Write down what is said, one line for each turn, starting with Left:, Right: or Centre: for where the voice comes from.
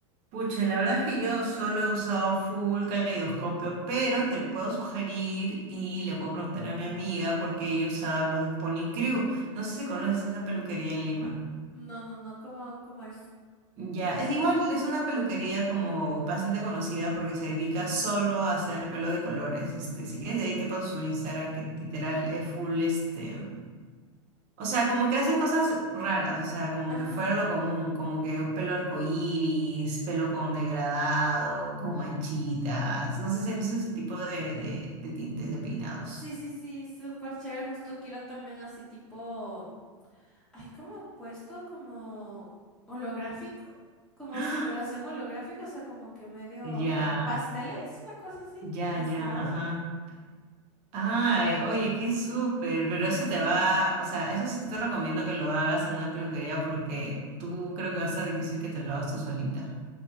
Right: Pucha, la verdad es que yo solo he usado full caleidoscopio, pero te puedo sugerir y le puedo preguntar a mi amiga porque ella usaba los de Pony Crew. No sé si conoces esa peluquería en Lima.
Centre: No, no, no, ¿cómo, cómo es?
Right: Ya, es igual, es una peluquería como bastante conocida porque se dedica
Centre: Ujú.
Right: solo a hacer pelo de colores. Este, si quieres, de ahí te paso su Instagram, que literal es full, este. O sea, como que hacen cosas raras, o sea, como
Centre: Ajá.
Right: que fuera lo común, como que un pelo arcoíris, pelo con degradado, con manchitas. No sé si has visto ese tipo de, de, de tintes de peinados.
Centre: Sí, sí, sí, súper chévere. Justo quiero también así tipo. hay como puesto como holográfico, como
Right: ¡Ah!
Centre: simulación holográfica, o sea, como que medio
Right: Ya,
Centre: pasteles, una cosa así,
Right: ya,
Centre: mezclado.
Right: ya, ajá. Ay, oye, qué súper, pero eso te va, o sea, eso sí te
Centre: Ay,
Right: recomiendo que lo hagas en una peluquería porque tú creo que va a estar difícil que te lo hagas tú solita.